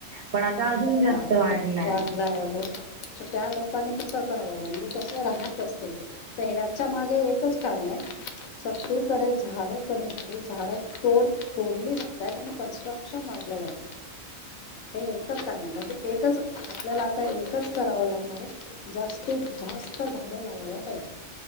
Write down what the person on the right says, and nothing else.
पण आता अजून जास्त
वाढलाय